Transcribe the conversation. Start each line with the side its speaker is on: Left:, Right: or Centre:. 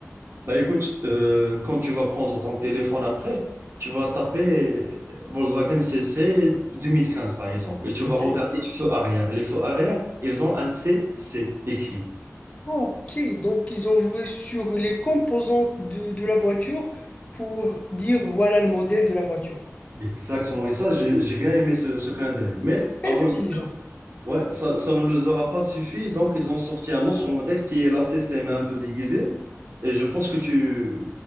Right: Bah écoute, euh, quand tu vas prendre ton téléphone après, tu vas taper Volkswagen CC 2015 par exemple, et tu
Left: Ok.
Right: vas regarder les feux arrière. Les feux arrière, ils ont un CC écrit.
Left: Ah, ok. Donc, ils ont joué sur les composantes de, de la voiture pour dire voilà le modèle de la voiture.
Right: Exactement. Et ça, j'ai j'ai bien aimé ce, ce clin d'œil. Mais
Left: Très
Right: à Volkswagen,
Left: intelligent.
Right: ouais, ça, ça ne les aura pas suffi, donc ils ont sorti un autre modèle qui est la CC, mais un peu déguisé. Et je pense que tu,